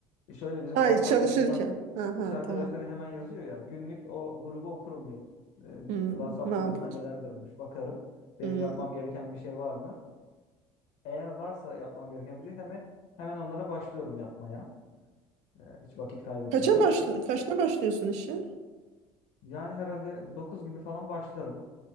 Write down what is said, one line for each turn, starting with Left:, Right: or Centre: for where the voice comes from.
Left: şöyle bizim
Right: Ay
Left: WhatsApp
Right: çalışırken.
Left: grubundan
Right: Aha,
Left: iş arkadaşları
Right: tamam.
Left: hemen yazıyor ya. Günlük o grubu okurum bir. Ee,
Right: Hmm.
Left: WhatsApp
Right: Makul.
Left: grubunda neler dönmüş bakarım. Benim
Right: Hmm.
Left: yapmam gereken bir şey var mı? Eğer varsa yapmam gereken bir şey hemen hemen onlara başlıyorum yapmaya. Ee, hiç vakit kaybetmeden
Right: Kaça başla
Left: ki
Right: kaçta başlıyorsun işe?
Left: yani herhalde 9 gibi falan başlarım.